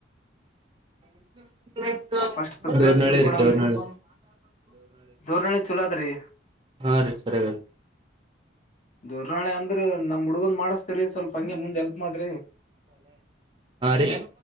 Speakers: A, on the right; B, on the left.
A: <unintelligible>
B: ಫಸ್ಟ್ ಪ್ರಿಫರೆನ್ಸ್
A: ದೋರ್ನಳ್ಳಿ
B: ಎಲ್ಲಿ ಕೊಡಮರಿ
A: ರೀ ದೋರ್ನಳ್ಳಿ
B: ದೋರ್ನಳ್ಳಿ ಚಲೋ ಅದ್ರಿ
A: ಹಾ ರೀ ಸರಿ
B: ದುರ್ನಾಳಿ ಅಂದ್ರ ನಮ್ ಹುಡ್ಗಂದ ಮಾಡಸ್ತ ಸರಿ ಸ್ವಲ್ಪ ಹಂಗೆ ಮುಂದೆ ಹೆಲ್ಪ್ ಮಾಡ್ರಿ
A: ಹಾ ರೀ